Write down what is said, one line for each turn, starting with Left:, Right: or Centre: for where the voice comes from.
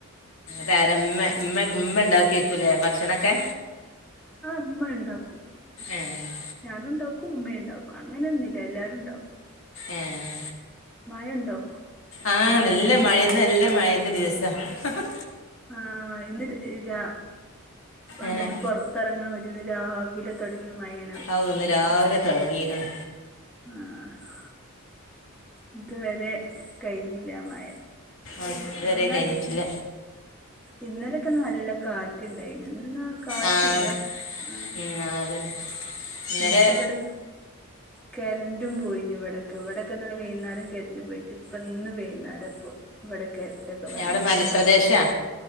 Left: താര മ്മെ മ്മെ മ്മെ ണ്ടാക്കയ്കുലെ ഭക്ഷണൊക്കെ?
Centre: ആഹ മ്മണ്ടാക്കും
Left: ഏഹ്
Centre: ഞാനുണ്ടാക്കും ഇമ്മെണ്ടാക്കും അങ്ങനൊന്നുല്ല എല്ലാരുംണ്ടാക്കും
Left: ഏഹേ
Centre: മയണ്ടോ?
Left: ആഹാ നല്ലമയെന്ന്നല്ലമയന്റെ ദിവസ ഹ ഹ
Centre: ആഹ് ഇന്ന് ര് രാ വൈന്നേര
Left: ഏഹ്
Centre: പൊർ തെറങ്ങാൻ പറ്റുന്നില്ല രാവിലെ തൊട്ങ്ങിയ മയെ.
Left: ഔഹ് ന്ന് രാവിലെ തൊട്ങ്ങീക്ക്ണ്
Centre: ആഹ് ഇത് വരെ കയ്ഞ്ഞീല്ല ആ മയ ത്
Left: ഔ ഇതുവരെ
Centre: മുന്നേ
Left: കഴിഞ്ഞിട്ടില്ല
Centre: ഇന്നലൊക്കെ നല്ല കാറ്റ്ണ്ടായിന് ഇന്നാ കാറ്റ്
Left: ആഹ്
Centre: ല്ല ആഹ്
Left: ഉം ആഹ് അതന്നെ ഇന്നലെ
Centre: ഇന്നലെബടെ - കരന്റും പോയിനി ഇവിടെക്കെ ഇവിടക്കെന്നലെ വൈന്നാരം കര്ന്റ് പോയിട്ട് ഇപ്പന്ന് വൈന്നാരപോ ഇവടെകെന്താ പ്പൊ വന്ന്
Left: അവിടെ മലപ്രദേശാ